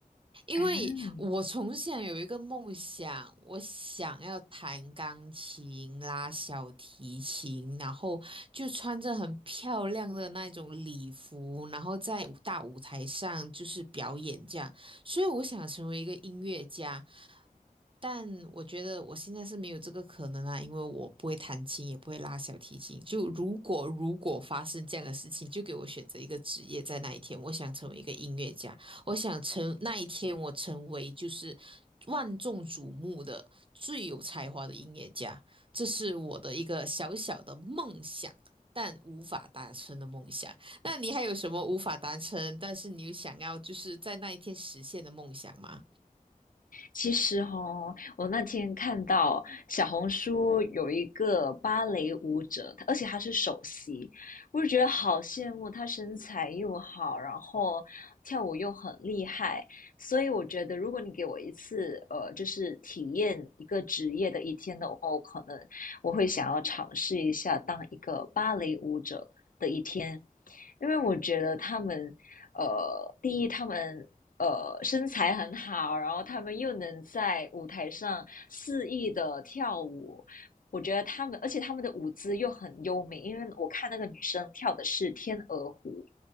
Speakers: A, on the right; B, on the left.
A: 因为我从小有一个梦想，
B: 嗯，
A: 我想要弹钢琴、拉小提琴，然后就穿着很漂亮的那种礼服，然后在舞大舞台上就是表演这样。所以我想成为一个音乐家，但我觉得我现在是没有这个可能啊，因为我不会弹琴，也不会拉小提琴。就如果如果发生这样的事情，就给我选择一个职业，在那一天，我想成为一个音乐家。我想成那一天，我成为就是万众瞩目的最有才华的音乐家，这是我的一个小小的梦想，但无法达成的梦想。那你还有什么无法达成，但是你又想要就是在那一天实现的梦想吗？
B: 其实哦，我那天看到小红书有一个芭蕾舞者，她而且她是首席，我就觉得好羡慕，她身材又好，然后跳舞又很厉害，所以我觉得如果你给我一次，呃，就是体验一个职业的一天的话，我可能我会想要尝试一下当一个芭蕾舞者的一天，因为我觉得他们，呃，第一，他们呃身材很好，然后他们又能在舞台上肆意的跳舞，我觉得他们，而且他们的舞姿又很优美，因为我看那个女生跳的是天鹅湖，